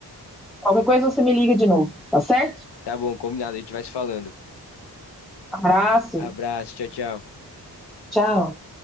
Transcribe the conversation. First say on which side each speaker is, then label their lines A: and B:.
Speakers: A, in the centre; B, on the left.
A: Qualquer coisa você me liga de novo, tá certo?
B: Tá bom, combinado, a gente vai se falando.
A: Abraço.
B: Abraço, tchau, tchau.
A: Tchau.